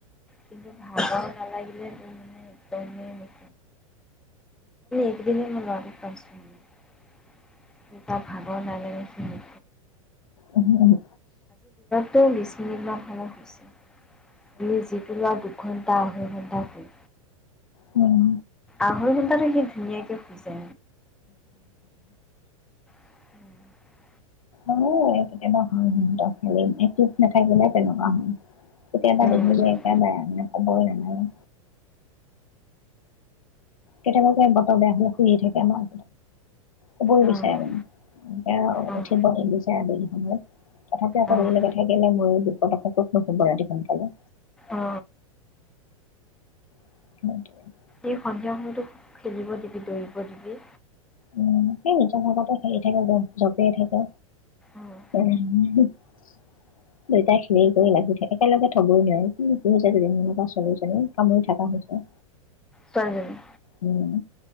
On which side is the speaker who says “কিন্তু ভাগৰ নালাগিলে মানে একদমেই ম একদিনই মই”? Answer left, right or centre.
Centre